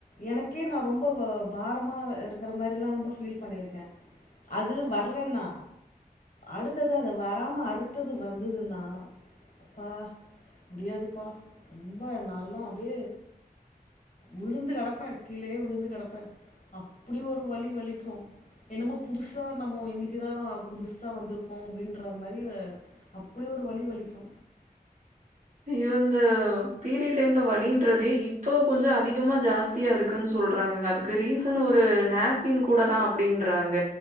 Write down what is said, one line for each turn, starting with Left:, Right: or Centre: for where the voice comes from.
Left: எனக்கே நா ரொம்ப ப பாரமா இ இருக்கிற மாரிலா ரொம்ப ஃபீல் பண்ணிருக்க அது வரலன்னா அடுத்தது அத வராம அடுத்தது வந்துதுன்னா அப்பா முடியாதுப்பா ரொம்ப நாலா அப்டியே விழுந்து கெடப்ப கீழயே விழுந்து கெடப்ப அப்பிடி ஒரு வலி வலிக்கு என்னமோ புதுசா நம்ம இன்னைக்குதா புதுசா வந்துருக்கோ அப்டின்ற மாரி அப்புடி ஒரு வலி வலிக்கு
Right: இ இந்த பீரியட் டைம்ல வலின்றதே இப்ப கொஞ்ச அதிகமா ஜாஸ்தியா இருக்குன் சொல்றாங்க அதுக்கு ரீசன் ஒரு நாப்கின் கூடதா அப்டின்றாங்க